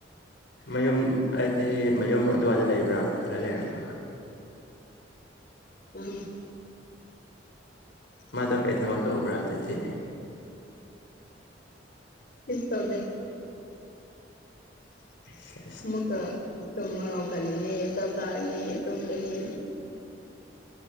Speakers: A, on the left; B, on the left.
A: ꯃꯌꯨꯝ ꯍꯥꯏꯗꯤ ꯃꯌꯨꯝ ꯑꯗꯨꯋꯥꯏꯗ ꯂꯩꯕ꯭ꯔꯥ ꯈꯜꯂ ꯂꯩꯔꯝꯃꯒ
B: ꯎꯝ
A: ꯃꯥꯗꯣ ꯀꯩ ꯊꯕꯛ ꯇꯧꯕ꯭ꯔꯥ ꯑꯗꯨꯗꯤ
B: ꯀꯩꯁꯨ ꯇꯧꯗꯦ
A: <unintelligible>
B: ꯑꯃꯨꯛꯀ ꯇꯣꯝꯕ ꯍꯧꯒꯠꯂꯤꯅꯦ ꯆꯛ ꯆꯥꯔꯅꯤ ꯇꯣꯃꯒꯅꯤ